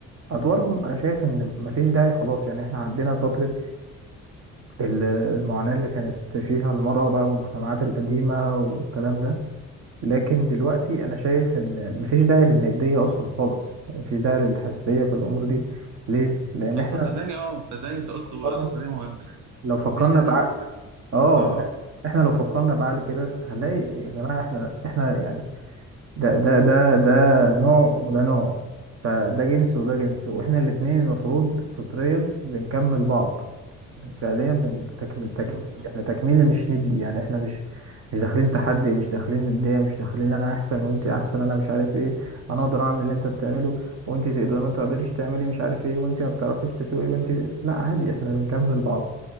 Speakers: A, on the right (about 50°); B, on the right (about 85°).
A: ادوارهم انا شايف ان مفيش داعي خلاص يعني احنا عدينا فترة ال- المعاناة اللي كانت فيها المرأة بقى المجتمعات القديمة والكلام ده لكن دلوقتي انا شايف ان مفيش داعي للندية اصلا خالص يعني مفيش داعي للحساسية في الامور دي ليه لان
B: بس-
A: احنا
B: صدقني
A: لو
B: اه صدقني انت قلت
A: فكرنا
B: نظرية مهمة يعني
A: لو فكرنا
B: مفيش داعي
A: بعقل
B: ان هم فعلا
A: اه
B: اه
A: احنا لو فكرنا بعقل كده هنلاقي يا جماعة احنا احنا يعني ده ده ده ده نوع وده نوع فده جنس وده جنس واحنا الاتنين المفروض فطريا بنكمل بعض فعليا بن- تكمي تكميل
B: مم، مم.
A: يعني تكميلي مش ندي يعني احنا مش مش داخلين تحدي مش داخلين ندية مش داخلين انا احسن وانت احسن انا مش عارف ايه انا اقدر اعمل اللي انت بتعمله وانت تقدر ما تقدريش تعملي مش عارف ايه وانت ما بتعرفيش تسوقي وانت لا عادي احنا بنكمل بعض